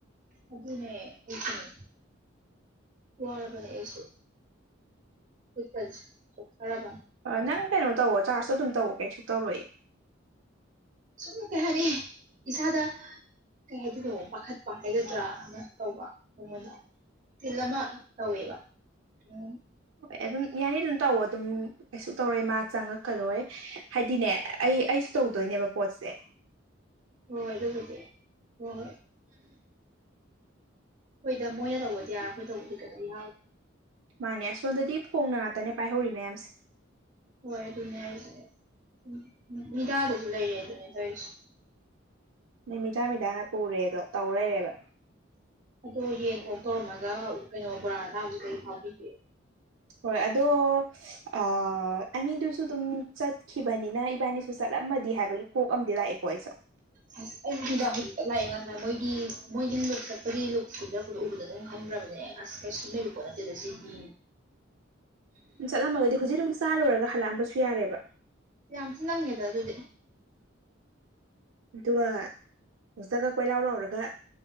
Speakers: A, on the right; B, on the right.
A: ꯑꯗꯨꯅꯦ ꯑꯩꯁꯨꯅꯦ ꯋꯥꯔꯕꯅꯦ ꯑꯩꯁꯨ ꯈꯨꯠꯀꯖꯦ ꯆꯣꯛꯊꯔꯕꯅꯦ
B: ꯅꯪ ꯀꯩꯅꯣ ꯇꯧꯋꯣ ꯆꯥꯔꯖꯇꯣ ꯑꯗꯨꯝ ꯇꯧꯑꯣ ꯀꯩꯁꯨ ꯇꯧꯔꯣꯏꯑꯦ
A: ꯁꯨꯝ ꯀꯩ ꯍꯥꯏꯅꯤ ꯏꯁꯥꯗ ꯀꯩ ꯍꯥꯏꯗꯣꯏꯅꯣ ꯄꯥꯈꯠꯄ ꯍꯥꯏꯒꯗ꯭ꯔꯥ ꯑꯃ ꯇꯧꯕ ꯃꯉꯣꯟꯗ ꯇꯤꯜ ꯑꯃ ꯇꯧꯋꯦꯕ ꯎꯝ
B: ꯍ ꯑꯗꯨꯝ ꯌꯥꯅꯤ ꯑꯗꯨꯝ ꯇꯧ ꯑꯗꯨꯝ ꯀꯩꯁꯨ ꯇꯧꯔꯣꯏ ꯃꯥ ꯆꯪꯉꯛꯀꯗꯣꯏꯔꯦ ꯍꯥꯏꯗꯤꯅꯦ ꯑꯩ ꯑꯩꯁꯨ ꯇꯧꯗꯣꯏꯅꯦꯕ ꯄꯣꯠꯁꯦ
A: ꯍꯣꯏ ꯑꯗꯨꯕꯨꯗꯤ ꯍꯣꯏ ꯍꯣꯏ ꯍꯣꯏꯗ ꯃꯣꯏꯅ ꯇꯧꯕꯗꯤ ꯌꯥꯔ ꯑꯩꯈꯣꯏ ꯇꯧꯕꯗꯤ ꯀꯩꯗꯧ ꯌꯥꯔꯣꯏꯗꯣꯏ
B: ꯃꯥꯅꯦ ꯁꯁꯣꯝꯗꯗꯤ ꯐꯣꯡꯅ ꯉꯥꯛꯇꯅꯦ ꯄꯥꯏꯍꯧꯔꯤ ꯃꯌꯥꯝꯁꯦ
A: ꯍꯣꯏ ꯑꯗꯨꯅꯦ ꯍꯥꯏꯁꯦ ꯎ ꯃꯤꯗꯥꯗꯁꯨ ꯂꯩꯔꯦ ꯑꯗꯨꯅꯦ ꯇꯩꯔꯤꯁꯦ
B: ꯅꯨꯃꯤꯗꯥ ꯃꯤꯗꯥꯅ ꯄꯨꯔꯦꯗꯣ ꯇꯧ ꯂꯩꯔꯦꯕ
A: ꯑꯗꯣ ꯌꯦꯟ ꯑꯣꯛ ꯇꯧꯔꯝꯃꯒ ꯀꯩꯅꯣ ꯕꯣꯔꯥꯗ ꯆꯥꯕꯖꯤ ꯀꯩ ꯐꯥꯎꯕꯤꯒꯦ
B: ꯍꯣꯏ ꯑꯗꯣ ꯑ ꯑꯅꯤꯗꯨꯁꯨ ꯑꯗꯨꯝ ꯆꯠꯈꯤꯕꯅꯤꯅ ꯏꯕꯥꯅꯤ ꯁꯨ ꯆꯠꯂꯝꯃꯗꯤ ꯍꯥꯏꯕꯒꯤ ꯀꯣꯛ ꯑꯃꯗꯤ ꯂꯥꯛꯑꯦꯀꯣ ꯑꯩꯁꯨ
A: ꯎ ꯑꯁ ꯑꯩ ꯍꯗ ꯍꯧꯖꯤꯛꯇ ꯂꯥꯛꯑꯦ ꯉꯁꯥꯏ ꯃꯣꯏꯒꯤ ꯃꯣꯏꯒꯤ ꯂꯨꯞ ꯆꯠꯄꯒꯤ ꯂꯨꯞ ꯈꯨꯝꯖꯔꯛꯄꯗꯣ ꯎꯕꯗ ꯑꯗꯨꯝ ꯍꯟꯗ꯭ꯔꯕꯅꯦ ꯑꯁ ꯀꯩꯁꯨ ꯂꯩꯕ ꯄꯣꯠ ꯅꯠꯇꯦꯗ ꯁꯤꯗꯤ
B: ꯆꯠꯂꯝꯃꯒꯗꯤ ꯍꯧꯖꯤꯛ ꯑꯗꯨꯝ ꯆꯥꯂꯨꯔꯒ ꯍꯜꯂꯛꯑꯝꯕꯁꯨ ꯌꯥꯔꯦꯕ
A: ꯌꯥꯝꯆ ꯅꯪꯉꯦ ꯇ ꯑꯗꯨꯗꯤ
B: ꯑꯗꯨꯒ ꯍꯧꯖꯤꯛꯇꯒ ꯀꯣꯏꯂꯥꯎ ꯂꯥꯎꯔꯒ